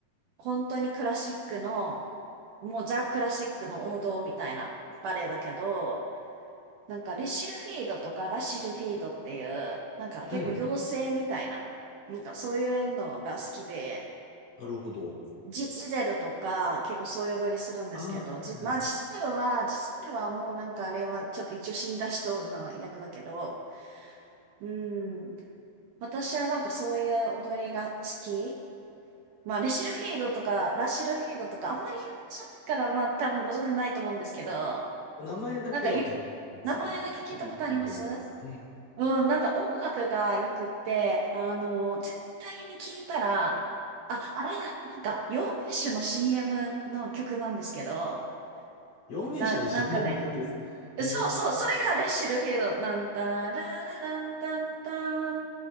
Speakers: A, on the right; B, on the left.
A: 本当にクラシックの、もうザ・クラシックの王道みたいなバレエだけど、なんかレシルフィードとかラシルフィードっていう、なんか結構妖精みたいな、
B: はい。
A: なんかそういうのが好きで、
B: なるほど。
A: ジ、ジゼルとか、結構そういう踊りするんですけど、
B: ああ、はいはいはい。
A: ジ、まあ、ジゼルは、ジゼルはもうなんかあれは、ちょっと一応死んだ人の役だけど、うん。私はなんかそういう踊りが好き。まあ、レシルフィードとか、ラシルフィードとか、あんまり有名じゃないから、まあ、多分ご存知ないと思うんですけど、
B: 名前だけはお聞き、
A: なんかゆ、
B: つ次見てみます。
A: 名前だけ聞いたことありますうん、なんか音楽がよくって、あの、絶対に聞いたら、あ、あれだ、なんか、養命酒の CM の曲なんですけど、
B: 四名手の
A: な、
B: CM
A: なんかね、
B: の曲です。へえ。
A: そうそう、それがレッシュルフィールド、なんたらららんたんたん、